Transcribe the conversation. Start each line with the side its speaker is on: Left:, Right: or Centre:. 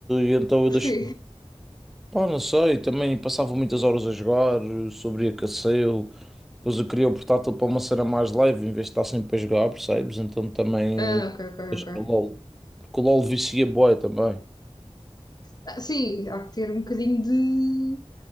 Centre: e então eu
Left: porquê?
Centre: deixei Pá, não sei, também passava muitas horas a jogar, sobreaqueceu, depois eu queria o portátil para uma cena mais leve, em vez de estar sempre a jogar, percebes? Então também
Left: Ah, ok, ok,
Centre: deixei
Left: ok.
Centre: o LOL, porque o LOL vicia bué também.
Left: Ah, sim, há que ter um bocadinho de